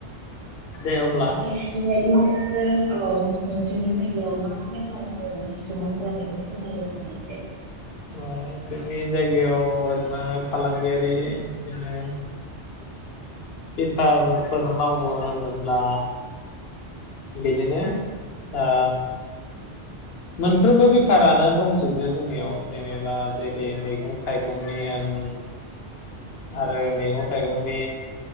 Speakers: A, on the left (about 65°); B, on the right (about 65°).
A: दे अब्ला
B: <unintelligible> फोरमायो सुबुंफोरा बेखौ फोरमायदों आनो एसे
A: औ जोंनि जायगायाव ओरैनो फालांगियारि बिदिनो बेफारफोर मावो होनोब्ला बिदिनो ओ मोनफ्रोमबो बेफारानो दंजोबो जोंनियाव जेनेबा जेरै मैगं थाइगंनि होन आरो मैगं-थाइगंनि